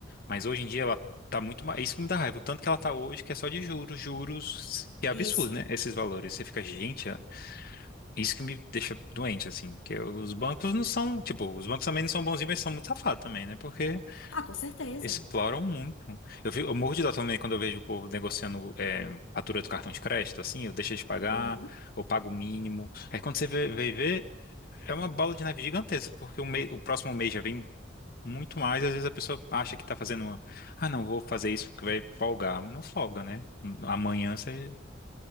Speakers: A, on the left; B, on the left.
A: mas hoje em dia ela tá muito mais, isso que me dá raiva, o tanto que ela tá hoje, que é só de juros, juros, que é absurdo,
B: Isso.
A: né? Esses valores, você fica, gente, é- isso que me deixa doente, assim, que os bancos não são, tipo, os bancos também não são bonzinhos, mas são muito safados também, né? Porque
B: Ah, com certeza.
A: exploram muito. Eu, vi- eu morro de dó também quando eu vejo o povo negociando é, fatura do cartão de crédito, assim, eu deixo de pagar,
B: Uhum.
A: ou pago o mínimo, Aí quando você vê, vê, vê, é uma bola de neve gigantesca, porque o, me- o próximo mês já vem muito mais. Às vezes a pessoa acha que tá fazendo uma. Ah, não, vou fazer isso porque vai folgar. Mas não folga, né? Amanhã você